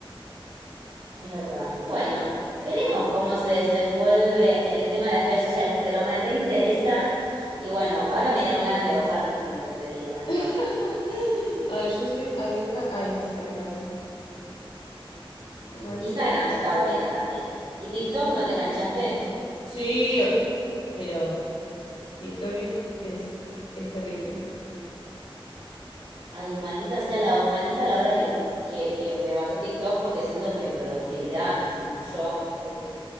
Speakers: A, on the right; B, on the left.
A: Es verdad. Bueno, veremos cómo se desenvuelve el tema de las redes sociales, pero me reinteresa. Y bueno, ahora me dieron ganas de bajarme Twitter, te digo de nuevo.
B: <laughs> Ay, yo soy adicta a Instagram. Maldita
A: Instagram
B: red social.
A: está buena también. ¿Y TikTok no te enganchaste?
B: Sí, pero TikTok es, es, es terrible.
A: Ay, maldita sea la, ho- maldita la hora que, m- que, que me bajé TikTok porque siento que mi productividad disminuyó un